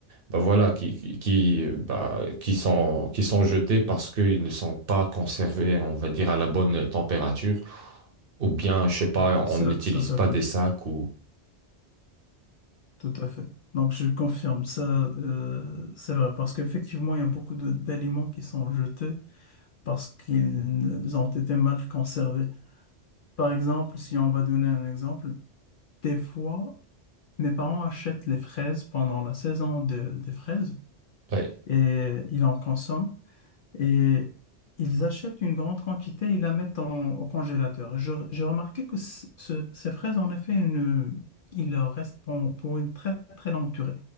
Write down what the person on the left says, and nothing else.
oui, ça,
ça c'est
vrai,
tout à fait. Donc, je confirme, ça, euh, c'est vrai, parce qu'effectivement, il y a beaucoup de- d'aliments qui sont jetés parce qu'ils ont été mal conservés. Par exemple, si on va donner un exemple, des fois, mes parents achètent les fraises pendant la saison de- des fraises.
et ils en consomment. Et ils achètent une grande quantité et la mettent en- au congélateur. Et je- J'ai remarqué que ce- ce- ces fraises, en effet, une- il leur reste pour, pour une très très longue durée.